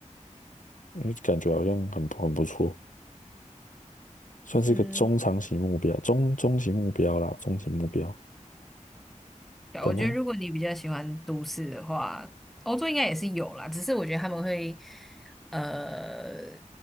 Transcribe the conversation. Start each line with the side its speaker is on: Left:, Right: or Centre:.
Left: 因为感觉好像很不很不错，算是一个中长期目标，
Centre: 嗯。
Left: 中中期目标啦，中期目标。
Centre: 对啊我觉得如果你比较喜欢都市的话，
Left: 本来
Centre: 欧洲应该也是有啦，只是我觉得他们会呃